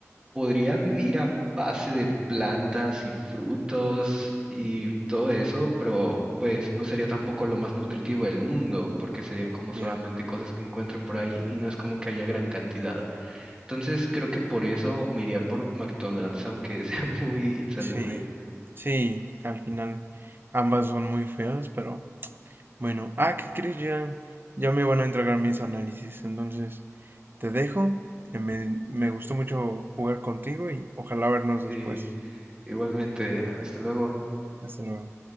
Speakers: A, on the right (about 20°); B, on the right (about 40°).
A: Podría vivir a base de plantas y frutos y todo eso, pero pues no sería tampoco lo más nutritivo del mundo, porque serían como
B: ya.
A: solamente cosas que encuentre por ahí y no es como que haya gran cantidad. Entonces creo que por eso me iría por McDonald's, aunque sea <laughs> muy insalubre.
B: Sí, sí, al final ambas son muy feas, pero bueno. Ah, ¿qué crees? Ya, ya me van a entregar mis análisis, entonces te dejo. Eh, Me, me gustó mucho jugar contigo y ojalá vernos después.
A: Sí, igualmente, hasta luego.
B: Hasta luego.